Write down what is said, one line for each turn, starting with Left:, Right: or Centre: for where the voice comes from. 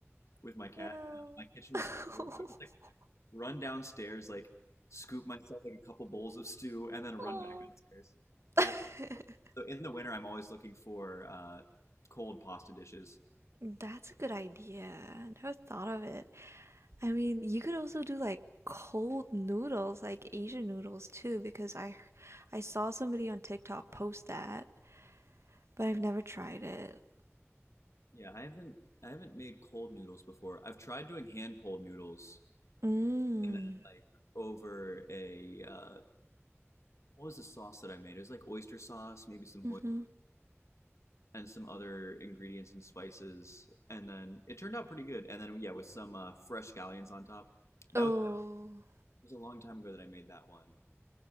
Left: with my cat.
Right: Yeah.
Left: Uh, My kitchen was
Right: <laughs>
Left: so cold. I would just like run downstairs, like scoop myself like a couple bowls of stew, and then run
Right: Oh.
Left: back downstairs. Uh,
Right: <laughs>
Left: so in the winter, I'm always looking for uh, cold pasta dishes.
Right: That's a good idea. I never thought of it. I mean, you could also do like cold noodles, like Asian noodles too, because I I saw somebody on TikTok post that, but I've never tried it.
Left: Yeah, I haven't I haven't made cold noodles before. I've tried doing hand pulled noodles,
Right: Mm.
Left: and then like over a uh, what was the sauce that I made? It was like oyster sauce, maybe some hoi
Right: Mm-hmm.
Left: and some other ingredients and spices, and then it turned out pretty good. And then yeah, with some uh, fresh scallions on top. That
Right: Oh.
Left: was, it was a long time ago that I made that one.